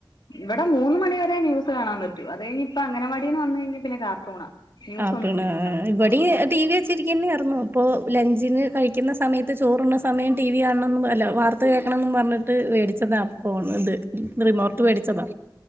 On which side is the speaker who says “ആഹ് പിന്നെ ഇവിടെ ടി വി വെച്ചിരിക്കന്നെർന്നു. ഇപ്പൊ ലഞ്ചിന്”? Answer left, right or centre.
Right